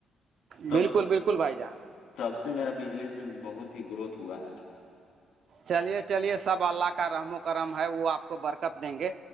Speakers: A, on the left (about 85°); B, on the right (about 60°).
A: تب
B: بالکل
A: سے
B: بالکل بھائی جان
A: تب سے میرا بزنس میں بہت ہی گروتھ ہوا ہے
B: چلیے چلیے سب اللہ کا رحم و کرم ہے وہ آپ کو برکت دیں گے